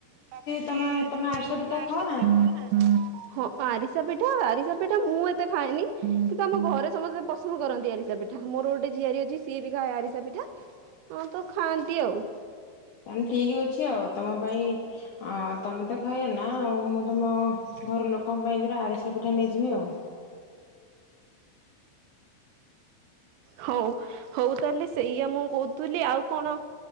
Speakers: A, on the right; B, on the left.
A: ଭାବୁଛି
B: ତମେ
A: ତମ
B: ଆରିସା
A: ତମେ ଆରଶା
B: ଖାଅ
A: ପିଠା
B: ନା
A: ହ ନା ହଁ ଆରିସା ପିଠା ଆରିସା ପିଠା ମୁଁ ଏତେ ଖାଏନି କିନ୍ତୁ ଆମ ଘରେ ସମସ୍ତେ ଶୁଣ କରନ୍ତି ଆରିଷା ପିଠା ମୋର ଗୋଟେ ଝିଆରିୀ ଅଛି ସିଏ ବି କାଏ ଆରିସା ପିଠା ହଁ ତ ଖାଆନ୍ତି ଆଉ।
B: ତା ଠିକ ଅଛି ଆଉ ତମ ପାଇଁ ଅ ତମେ ତ ଖାଇଲ ନା ଆଉ ମୁଁ ତମ ଘର ଲୋକ ଙ୍କ ପାଇଁ ଦର ଆରିଶା ପିଠା ନେଇଯିବି ଆଉ
A: ହଉ ହଉ ତାହେଲେ ସେଇଆ ମୁଁ କହୁଥିଲି ଆଉ କଣ